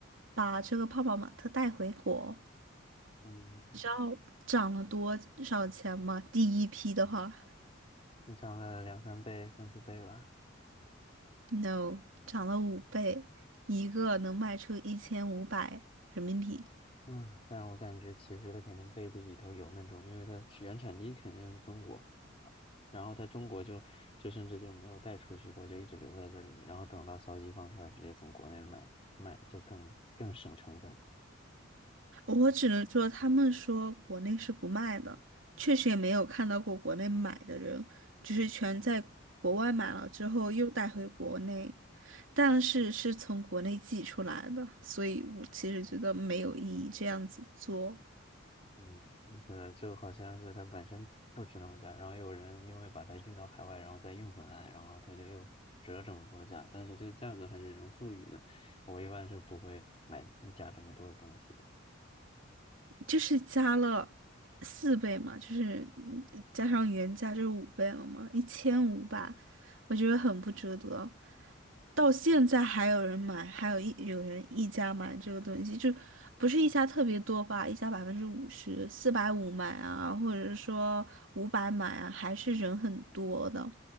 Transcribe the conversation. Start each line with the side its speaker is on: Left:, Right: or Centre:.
Right: 把这个泡泡玛特带回国。
Left: 嗯，
Right: 你知道涨了多少钱吗？第一批的话
Left: 正常了两三倍、三四倍吧。
Right: ，no，涨了五倍，一个能卖出一千五百人民币。
Left: 嗯，但是我感觉其实它肯定背地里头有那种，因为它是原产地肯定是中国，然后它中国就就甚至就没有带出去过，就一直留在这里，然后等到消息放出来，直接从国内买卖就更更省成本。
Right: 我只能说，他们说国内是不卖的，确实也没有看到过国内买的人，只是全在国外买了之后又带回国内，但是是从国内寄出来的，所以我其实觉得没有意义这样子做，
Left: 嗯，是的，就好像是它本身不值那么价，然后有人因为把它运到海外，然后再运回来，然后它就又折这么多价，但是这个价格还是人赋予的。我一般是不会买溢价这么多的东西的，
Right: 就是加了四倍嘛，就是嗯加上原价就是五倍了嘛，一千五百，我觉得很不值得。到现在还有人买，还有一有人一家买这个东西，就不是一家特别多吧，一家百分之五十，四百五买啊，或者是说五百买啊，还是人很多的。